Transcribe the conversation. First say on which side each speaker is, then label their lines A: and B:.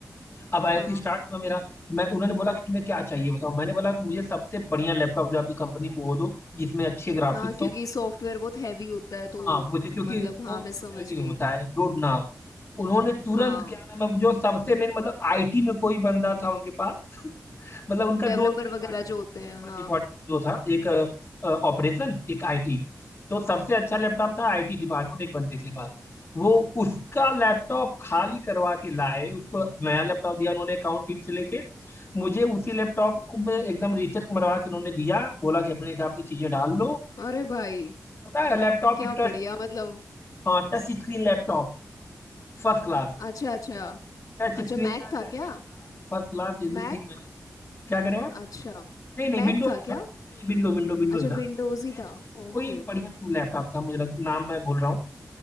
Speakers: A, on the left; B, on the left.
A: अब ऐसे
B: हाँ
A: ही स्टार्ट हुआ मेरा मैं उन्होंने बोला कि तुम्हें क्या चाहिए बताओ मैंने बोला कि मुझे सबसे बढ़िया लैपटॉप जो आपकी कंपनी में वो दो जिसमें अच्छे ग्राफिक्स
B: हाँ क्योंकि
A: हों
B: सॉफ्टवेयर बहुत हैवी होता है तो
A: हाँ मुझे क्योंकि
B: मतलब हाँ
A: वो
B: मैं समझ
A: हैवी
B: गई
A: होता है लोड ना उन्होंने तुरंत
B: हाँ
A: क्या नाम है वो जो सबसे मेन मतलब आईटी में कोई बंदा था उनके पास मतलब उनका
B: डेवलपर
A: दो डिपार्टमेंट
B: वगैरह जो
A: था
B: होते
A: उनके
B: हैं
A: पास
B: हाँ
A: डिपार्टमेंट दो था एक ऑपरेशन एक आईटी तो सबसे अच्छा लैपटॉप था आईटी डिपार्टमेंट एक बंदे के पास वो उसका लैपटॉप खाली करवा के लाए उसको नया लैपटॉप दिया उन्होंने अकाउंट टीम से लेके मुझे उसी लैपटॉप को में एकदम रिसेट मरवा के उन्होंने दिया बोला कि अपने हिसाब से चीजें डाल लो
B: अरे भाई
A: और पता है लैपटॉप
B: क्या
A: भी टच
B: बढ़िया मतलब
A: हाँ touch
B: स-
A: screen laptop first class
B: अच्छा अच्छा
A: Touch
B: अच्छा
A: screen
B: मैक
A: था graphic
B: था क्या
A: card first class everything
B: मैक
A: मैंने क्या करें आप
B: अच्छा
A: नहीं नहीं
B: मैक
A: विंडोज
B: था
A: ही
B: क्या
A: था नहीं विंडो विंडो विंडोज
B: अच्छा
A: ही था
B: विंडोज ही
A: एचपी
B: था
A: का
B: Okay
A: कोई
B: okay
A: बढ़िया लैपटॉप था मुझे लग नाम मैं भूल रहा हूँ